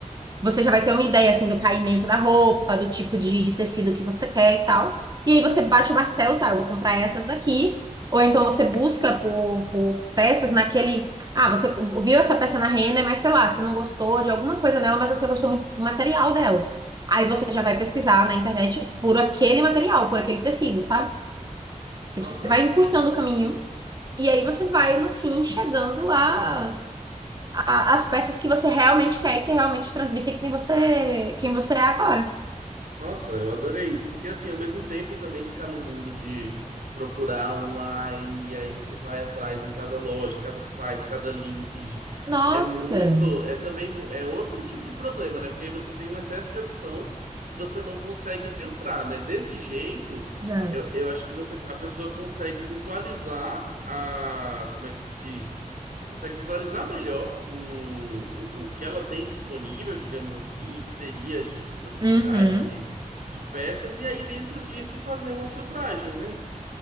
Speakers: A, on the right; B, on the right.
A: você já vai ter uma ideia assim do caimento da roupa, do tipo de, de tecido que você quer e tal. E aí você bate o martelo, tá? Eu vou comprar essas daqui. Ou então você busca por, por peças naquele. Ah, você viu essa peça na Renner, mas sei lá, você não gostou de alguma coisa nela, mas você gostou muito do material dela. Aí você já vai pesquisar na internet por aquele material, por aquele tecido, sabe? Tipo,
B: Nossa,
A: você vai encurtando o caminho. E aí você vai, no fim, chegando a a- as peças que você realmente quer e que realmente transmitem quem você, quem você é agora.
B: Nossa, eu adorei isso, porque assim, ao mesmo tempo também ficar no mundo de procurar online, e aí você vai atrás em cada loja, cada site, cada link. gi-
A: Nossa,
B: É muito, é também mu- é outro tipo de problema, né? Porque aí você tem um excesso de opção que você não consegue filtrar, né? Desse jeito,
A: exato.
B: eu, eu acho que você a pessoa consegue visualizar a, como é que se diz? Consegue visualizar melhor o, o, o que ela tem disponível, digamos assim, o que seria de disponibilidade
A: Uhum.
B: de de peças e aí dentro disso fazer uma filtragem, né?